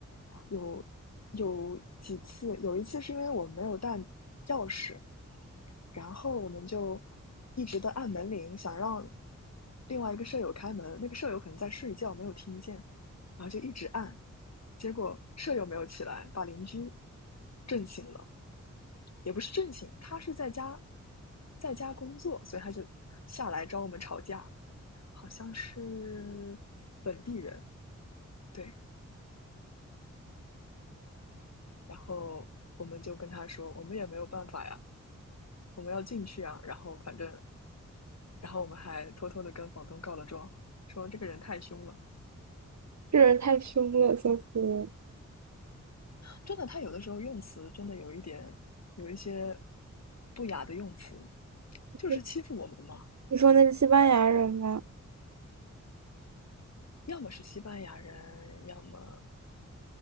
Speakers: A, on the left; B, on the right.
A: 有有几次，有一次是因为我们没有带钥匙，然后我们就一直的按门铃，想让另外一个舍友开门，那个舍友可能在睡觉没有听见，然后就一直按，结果舍友没有起来，把邻居震醒了。也不是正经，他是在家在家工作，所以他就下来找我们吵架，好像是本地人，对，然后我们就跟他说，我们也没有办法呀，我们要进去啊，然后反正，然后我们还偷偷的跟房东告了状，说这个人太凶了，
B: 这人太凶了，笑死我
A: 真的，他有的时候用词真的有一点有一些不雅的用词，就是欺负我们嘛，
B: 了！你说那是西班牙人吗？
A: 要么是西班牙人，要么。